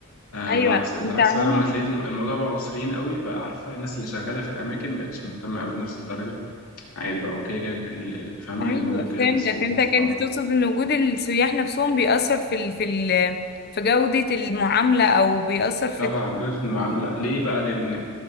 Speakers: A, on the left (about 75°); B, on the left (about 45°).
A: آه
B: ايوه
A: بالعكس العكس
B: انت عموما
A: بقى لما تلاقي الم- الموضوع بقى مصريين قوي بقى عارفة الناس اللي شغالة في الأماكن بقتش مهتمة قوي بنفس الدرجة عادي بقى هو كده كده ال- ال- فاهمة
B: ايوه
A: اللي موجودين
B: فهمتك
A: كده مصريين
B: فهمتك
A: في بعض
B: انت تقصد ان وجود السياح نفسهم بيأثر في ال... في ال... في جودة المعاملة او بيأثر في
A: طبعا جودة المعاملة ليه بقى لأن